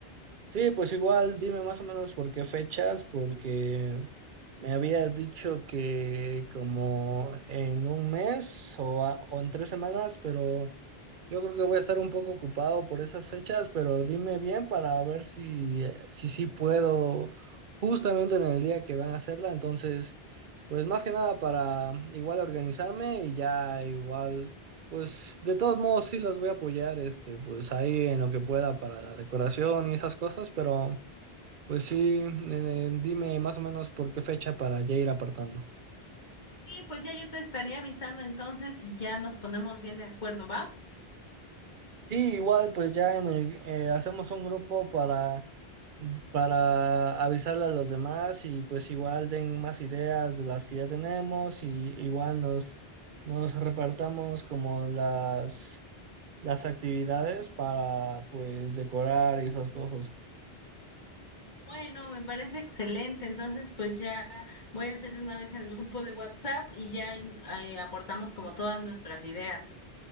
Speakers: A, on the right; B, on the left.
A: Sí, pues igual, dime más o menos por qué fechas, porque me habías dicho que como en un mes o, a- o en tres semanas, pero... Yo creo que voy a estar un poco ocupado por esas fechas, pero dime bien para ver si, eh, si sí puedo justamente en el día que van a hacerla. Entonces, pues más que nada para igual organizarme y ya igual, pues de todos modos sí los voy a apoyar, este, pues ahí en lo que pueda para la decoración y esas cosas, pero pues sí, eh, dime más o menos por qué fecha para ya ir apartando.
B: Sí, pues ya yo te estaré avisando entonces y ya nos ponemos bien de acuerdo, ¿va?
A: Sí, igual pues ya en el, eh, hacemos un grupo para... para avisarle a los demás y pues igual den más ideas de las que ya tenemos y igual nos, nos repartamos como las, las actividades para pues decorar y esas cosas.
B: Bueno, me parece excelente. Entonces, pues ya voy a hacer de una vez el grupo de WhatsApp y ya ahí, ahí aportamos como todas nuestras ideas.